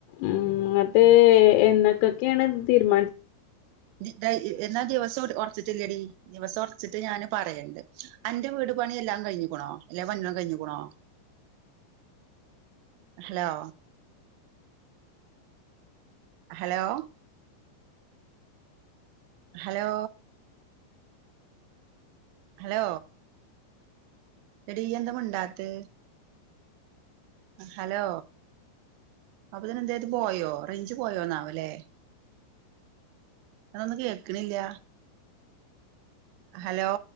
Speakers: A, on the left (about 85°); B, on the right (about 85°).
A: ഉം ന്നിട്ട് എന്ന ക്കെയാണ് തീരുമാനിച്ചത്
B: <unintelligible> എന്നാ ദിവസം ഉറച്ചിട്ടില്ലടി ദിവസം ഉറച്ചിട്ട് ഞാന് പറയണ്ട് അന്റെ വീട് പണിയെല്ലാം കഴിഞ്ഞിക്കണോ എല്ലാ പണിക്കളും കഴിഞ്ഞിക്കണോ ഹലോ ഹലോ ഹലോ ഹലോ എടി യ് എന്തമുണ്ടാത്ത് ഹലോ അപ്പൊതിന്നെ എന്താറ്റ് പോയോ റേഞ്ച് പോയോന്നാവല്ലേ അ ഒന്നും കേക്കണില്ല ഹലോ